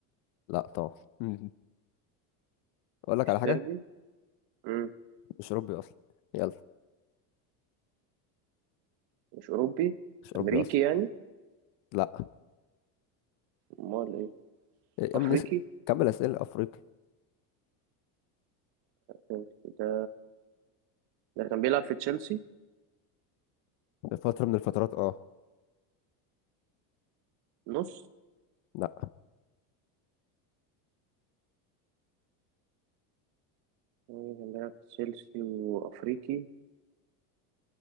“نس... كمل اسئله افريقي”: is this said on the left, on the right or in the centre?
Left